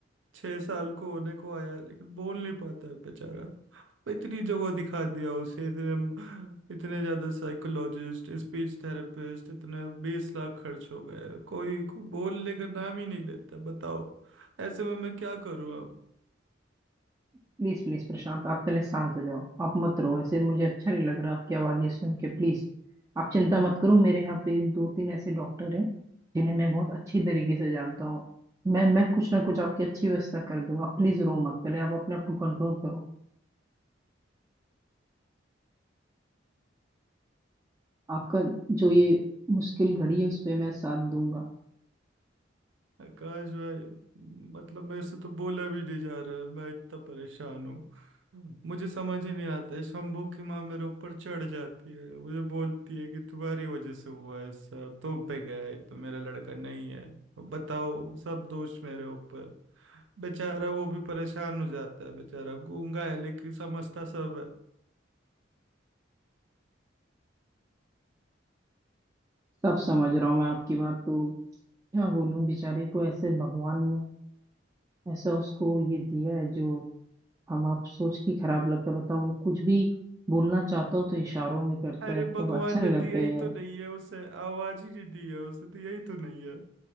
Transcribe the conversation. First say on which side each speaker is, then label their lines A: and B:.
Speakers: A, on the right (about 80°); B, on the right (about 15°).
A: छह साल को होने को आया है, लेकिन बोल नहीं पाता है बेचारा इतनी जगह दिखा दिया उसे इतने इतने ज्यादा साइकोलॉजिस्ट स्पीच थेरेपिस्ट इतने बीस लाख खर्च हो गए कोई को बोलने का नाम ही नहीं लेता बताओ ऐसे में मैं क्या करूँ
B: प्लीज प्लीज प्रशांत आप पहले शांत हो जाओ आप मत रो ऐसे मुझे अच्छा नहीं लग रहा आपकी आवाज ये सुन के प्लीज आप चिंता मत करो मेरे यहाँ पे दो तीन ऐसे डॉक्टर हैं जिन्हें मैं बहुत अच्छी तरीके से जानता हूँ मैं मैं कुछ ना कुछ आपकी अच्छी व्यवस्था कर दूंगा प्लीज रो मत पहले आप अपने आप को कंट्रोल करो आपका जो ये मुश्किल घड़ी है उस पर मैं साथ दूंगा
A: आकाश भाई मतलब मेरे से तो बोला भी नहीं जा रहा है मैं इतना परेशान हूँ मुझे समझ ही नहीं आता है शंभू की माँ मेरे ऊपर चढ़ जाती है मुझे बोलती है कि तुम्हारी वजह से हुआ है सब तुम पे गया है तो मेरा लड़का नहीं है अब बताओ सब दोष मेरे ऊपर बेचारा वो भी परेशान हो जाता है बेचारा गूंगा है लेकिन समझता सब
B: सब समझ रहा हूँ मैं आपकी बात तो क्या बोलूँ बेचारे को ऐसे भगवान ने ऐसा उसको ये दिया है जो हम आप सोच के खराब लगता है बताओ वो कुछ भी बोलना चाहता हो तो इशारों में करता
A: अरे
B: है
A: भगवान
B: तब अच्छा नहीं
A: ने
B: लगता
A: दिया
B: है
A: ही
B: यार
A: तो नहीं है उसे आवाज ही नहीं दी है उसे दिया ही तो नहीं है